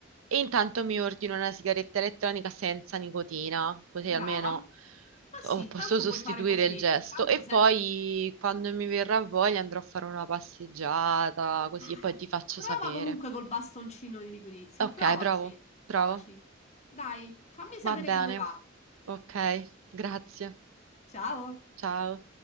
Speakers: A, on the right; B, on the left.
A: e intanto mi ordino una sigaretta elettronica senza nicotina, così
B: brava.
A: almeno
B: Ma
A: oh,
B: sì,
A: posso
B: tanto
A: sostituire
B: puoi fare così.
A: il gesto.
B: Intanto
A: E
B: sempre...
A: poi quando mi verrà voglia andrò a fare una passeggiata, così
B: Ah,
A: e poi ti faccio
B: Prova
A: sapere.
B: comunque col bastoncino di liquidizia.
A: Ok,
B: Provaci,
A: bravo, bravo.
B: provaci. Dai, fammi sapere
A: Va bene,
B: come va.
A: ok, grazie,
B: Ciao.
A: ciao.